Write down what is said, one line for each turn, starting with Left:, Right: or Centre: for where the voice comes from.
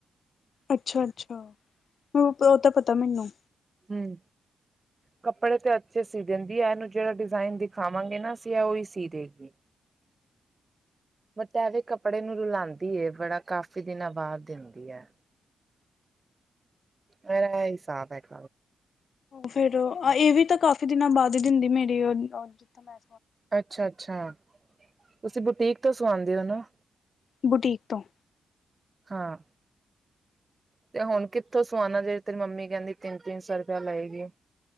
Left: ਅੱਛਾ ਅੱਛਾ ਉਹ ਤਾਂ ਪਤਾ ਮੈਨੂੰ
Right: ਹਮ ਕੱਪੜੇ ਤੇ ਅੱਛੇ ਸੀ ਦਿੰਦੀ ਆ ਇਹਨੂੰ ਜਿਹੜਾ ਡਿਜ਼ਾਇਨ ਦਿਖਾਵਾਂਗੇ ਨਾ ਅਸੀਂ ਇਹ ਉ ਹੀ ਸੀ ਦੇਗੀ ਬਟ ਕੱਪੜੇ ਨੂੰ ਰੁਲਾਉਂਦੀ ਬੜਾ ਕਾਫੀ ਦਿਨਾਂ ਬਾਅਦ ਦਿੰਦੀ ਹੈ ਮ ਸਾ ਹੈ ਕ
Left: ਫੇਰ ਇਹ ਵੀ ਤਾਂ ਕਾਫੀ ਦਿਨਾਂ ਬਾਅਦ ਹੀ ਦਿੰਦੀ ਮੇਰੀ ਜਿੱਥ ਮੈਂ
Right: ਅੱਛਾ-ਅੱਛਾ, ਤੁਸੀਂ ਬੁਟੀਕ ਤੋਂ ਸਵਾਂਦੇ ਹੋ, ਨਾ?
Left: ਬੁਟੀਕ ਤੋਂ।
Right: ਹਾਂ। ਤੇ, ਹੁਣ ਕਿੱਥੋਂ ਸਵਾਣਾ ਜੇ? ਤੇਰੀ ਮੰਮੀ ਕਹਿੰਦੀ ਤਿੰਨ-ਤਿੰਨ ਸੌ ਰੁਪਇਆ ਲਏਗੀ।